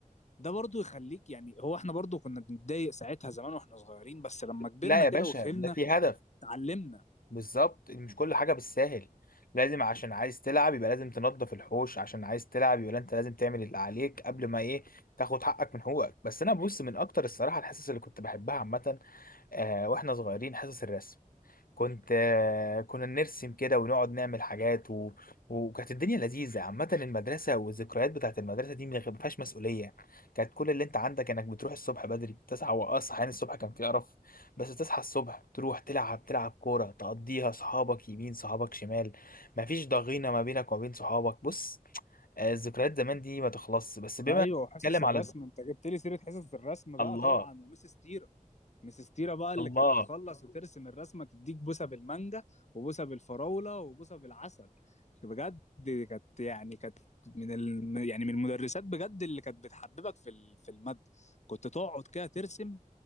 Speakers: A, on the left (about 55°); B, on the left (about 90°).
A: ده برضو يخليك يعني هو احنا برضو كنا بنتضايق ساعتها زمان واحنا صغيرين بس لما كبرنا
B: لا يا
A: كده
B: باشا
A: وفهمنا
B: ده في هدف
A: اتعلمنا
B: بالظبط مش كل حاجة بالساهل لازم عشان عايز تلعب يبقى لازم تنظف الحوش عشان عايز تلعب يبقى انت لازم تعمل اللي عليك قبل ما ايه تاخد حقك من حقوقك بس انا بص من اكتر الصراحة الحصص اللي كنت بحبها عامة آه واحنا صغيرين حصص الرسم كنت آه، كنا نرسم كده ونقعد نعمل حاجات و... وكانت الدنيا لذيذة عامة المدرسة والذكريات بتاعت المدرسة دي ما فيهاش مسؤولية كانت كل اللي انت عندك انك بتروح الصبح بدري تصحى وأصحى يعني الصبح كان في قرف بس تصحى الصبح تروح تلعب تلعب كورة تقضيها صحابك يمين صحابك شمال مفيش ضغينة ما بينك وما بين صحابك بص آه، الذكريات زمان دي ما تخلصش بس بما
A: ايوه
B: إنك
A: حصص
B: بتتكلم
A: الرسم
B: على
A: انت جبت لي سيره حصص الرسم بقى
B: الله
A: طبعا وميس ستيره ميس ستيره بقى اللي
B: الله
A: كانت تخلص وترسم الرسمه تديك بوسه بالمانجا وبوسه بالفراوله وبوسه بالعسل بجد دي كانت يعني كانت من ال... يعني من المدرسات بجد اللي كانت بتحببك في ال... في الماده كنت تقعد كده ترسم